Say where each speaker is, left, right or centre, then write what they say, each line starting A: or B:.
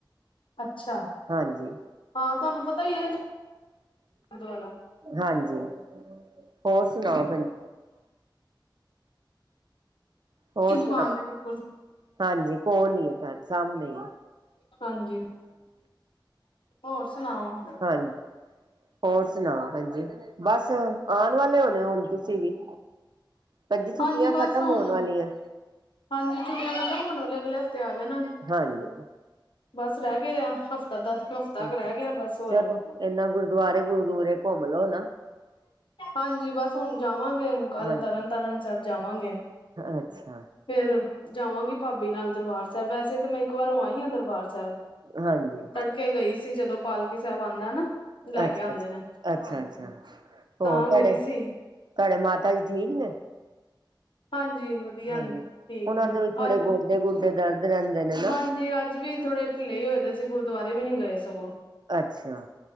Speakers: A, on the left; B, on the right.
A: ਅੱਛਾ!
B: ਹਾਂਜੀ
A: ਹਾਂ, ਤੁਹਾਨੂੰ ਪਤਾ ਹੀ ਹੈ ਦੁਆਰਾ
B: ਹਾਂਜੀ ਹੋਰ, ਸੁਣਾਓ? ਭੈਂਜੀ! ਹੋਰ, ਸੁਣਾਓ?
A: ਦੁਕਾਨ ਤੇ ਬਿਲਕੁਲ
B: ਹਾਂਜੀ! ਕੋਲ ਈਏ, ਹਾਂ। ਸਾਹਮਣੇ ਈ
A: ਹਾਂਜੀ। ਹੋਰ, ਸੁਣਾਓ?
B: ਹਾਂਜੀ ਹੋਰ, ਸੁਣਾ? ਹਾਂਜੀ। ਬੱਸ! ਆਉਣ ਵਾਲੇ ਹੋਣੇ ਹੁਣ, ਤੁਸੀਂ ਵੀ। ਪੰਜ ਛੁੱਟੀਆਂ
A: ਹਾਂਜੀ ਬਸ
B: ਖਤਮ
A: ਹੁਣ
B: ਹੋਣ ਵਾਲੀਆਂ।
A: ਹਾਂਜੀ। ਛੁੱਟੀਆਂ ਖਤਮ ਹੋਣ ਵਾਲਲੇ, ਅਗਲੇ ਹਫ਼ਤੇ ਆ ਜਾਣਾ।
B: ਹਾਂਜੀ
A: ਬਸ ਰਹਿ ਗਏ ਆ ਤਾਂ, ਦਸ ਹਫ਼ਤਾ ਕੁ
B: ਅੱਛਾ
A: ਰਹਿ ਗਿਆ, ਬਸ! ਹੋਰ
B: ਚਲੋ ਇਨਾ ਗੁਰਦੁਆਰੇ ਗੁਰਦੁਆਰੇ ਘੁੰਮ ਲੋੋ ਨਾ
A: ਹਾਂਜੀ। ਬਸ ਹੁਣ ਜਾਵਾਂਗੇ, ਕੱਲ
B: ਹਾਂਜੀ
A: ਤਰਨ ਤਾਰਨ ਸਾਹਿਬ ਜਾਵਾਂਗੇ।
B: ਅੱਛਾ।
A: ਫੇਰ, ਜਾਵਾਂਗੀ ਭਾਬੀ ਨਾਲ ਦਰਬਾਰ ਸਾਹਿਬ ਵੈਸੇ ਤੇ, ਮੈਂ ਇੱਕ ਵਾਰ ਹੋ ਆਈ ਆ, ਦਰਬਾਰ ਅੱਛਾ!
B: ਹਾਂਜੀ
A: ਤੜਕੇ ਗਈ ਸੀ, ਜਦੋਂ ਪਾਲਕੀ ਸਾਹਿਬ ਆਂਦਾ ਨਾ ਲੈ
B: ਅੱਛਾ-
A: ਕੇ ਆਉਂਦੇ
B: ਅੱਛਾ,
A: ਨੇ
B: ਅੱਛਾ, ਅੱਛਾ, ਹੋਰ,
A: ਤਾਂ
B: ਤੁਹਾਡੇ
A: ਗਈ
B: ਤੁਹਾਡੇ
A: ਸੀ
B: ਮਾਤਾ ਜੀ ਠੀਕ ਨੇ,
A: ਹਾਂਜੀ, ਵਧੀਆ
B: ਹਾਂਜੀ
A: ਨੇ। ਠੀਕ
B: ਉਹਨਾਂ
A: ਨੇ।
B: ਦੇ ਵੀ ਥੋੜੇ
A: ਅੱਜ
B: ਗੋਡੇ ਗੋਡੇ ਦਰਦ ਰਹਿੰਦੇ ਨੇ ਨਾ
A: ਹਾਂਜੀ। ਅੱਜ ਵੀ ਥੋੜੇ ਢਿੱਲੇ ਹੀ ਹੋਏ ਦੇ ਸੀ, ਗੁਰਦੁਆਰੇ ਵੀ ਨੀ ਗਏ ਸਗੋਂ।
B: ਅੱਛਾ!